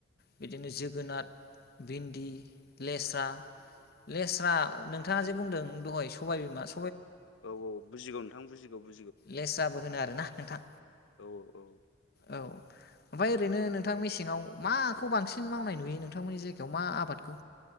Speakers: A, on the left; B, on the left.
A: बिदिनो जोगोनार
B: औ
A: भिन्दि लेस्रा लेस्रा
B: औ
A: नोंथाङा जे बुंदों दहाय सबाय बिमास
B: औ औ बजग नोंथ बजगौ ब
A: लेस जाबो होनो आरोना नोंथां
B: औ औ औ
A: औ ओमफफ्राय ओरैनो नोंथां मेसेङाव माखौ बांसिन मावनाय नुयो नोंथांमोननि जायगायाव मा आबादखौ